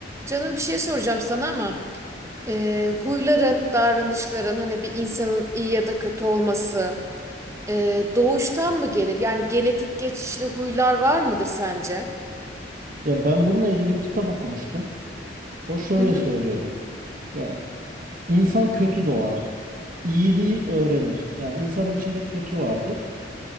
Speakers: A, on the right; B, on the right.
A: Canım bir şey soracağım sana ama e, huyların, davranışların hani bir insanın iyi ya da kötü olması e, doğuştan mı gelir? Yani genetik geçişli huylar var mıdır sence?
B: Ya ben bununla ilgili bir kitap okumuştum. O şöyle
A: Hı hı.
B: söylüyordu. Ya insan kötü doğar, iyiliği öğrenir. Yani insanın içinde kötü vardır.